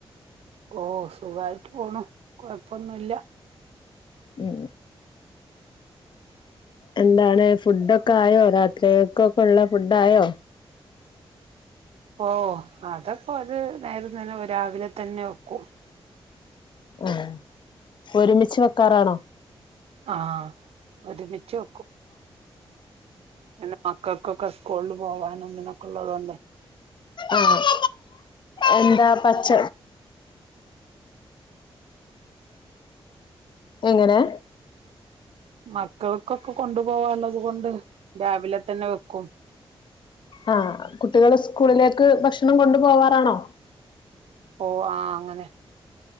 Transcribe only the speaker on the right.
ഓഹ് സുഖായിട്ട് പോണു കൊഴപ്പൊന്നുല്ല
ഓഹ് അതപ്പോ രു നേര തന്നെ രാവിലെ തന്നെ വെക്കും
ആഹ് ഒരുമിച്ചു വെക്കും പിന്നെ മക്കക്കൊക്കെ സ്കൂൾ പോവാനും ഇതിനൊക്കെ ഉള്ളതുകൊണ്ട്
മക്കൾക്കൊക്കെ കൊണ്ടു പോവാള്ളത് കൊണ്ട് രാവിലെ തന്നെ വെക്കും
ഓഹ് ആഹ് അങ്ങനെ.